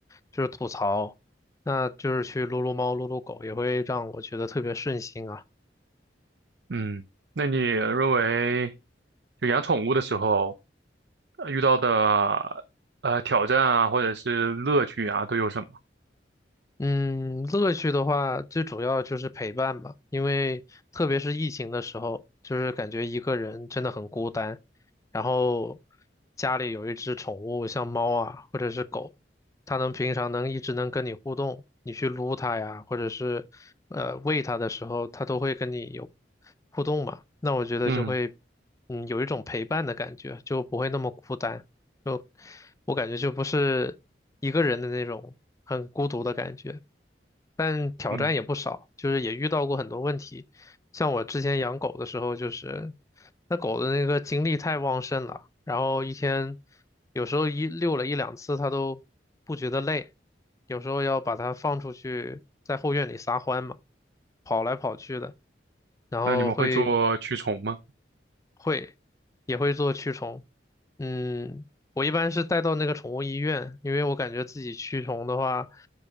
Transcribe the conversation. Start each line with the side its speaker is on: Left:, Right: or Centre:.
Left: 就是吐槽，那就是去撸撸猫、撸撸狗，也会让我觉得特别顺心啊。
Right: 嗯。那你认为就养宠物的时候呃遇到的呃挑战啊，或者是乐趣啊，都有什么？
Left: 嗯，乐趣的话，最主要就是陪伴吧，因为特别是疫情的时候，就是感觉一个人真的很孤单。然后家里有一只宠物，像猫啊或者是狗，它能平常能一直能跟你互动，你去撸它呀，或者是呃喂它的时候，它都会跟你有互动嘛。那我觉得就会
Right: 嗯。
Left: 嗯有一种陪伴的感觉，就不会那么孤单。就我感觉就不是一个人的那种很孤独的感觉。但挑战也不少，
Right: 嗯，
Left: 就是也遇到过很多问题。像我之前养狗的时候，就是那狗的那个精力太旺盛了，然后一天有时候一遛了一两次，它都不觉得累，有时候要把它放出去在后院里撒欢嘛，跑来跑去的，然后会
Right: 那你们会做驱虫吗？
Left: 会，也会做驱虫。嗯，我一般是带到那个宠物医院，因为我感觉自己驱虫的话，